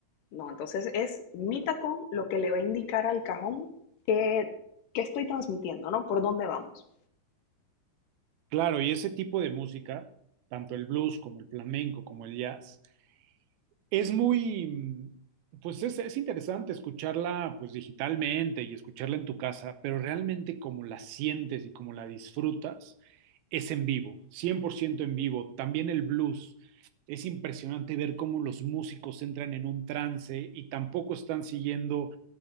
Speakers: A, on the left; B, on the right.
A: No, entonces es mi tacón lo que le va a indicar al cajón que, que estoy transmitiendo, ¿no? Por dónde vamos.
B: Claro, y ese tipo de música, tanto el blues como el flamenco, como el jazz, Es muy, pues es, es interesante escucharla pues digitalmente y escucharla en tu casa, pero realmente como la sientes y como la disfrutas es en vivo, 100% en vivo. También el blues. Es impresionante ver cómo los músicos entran en un trance y tampoco están siguiendo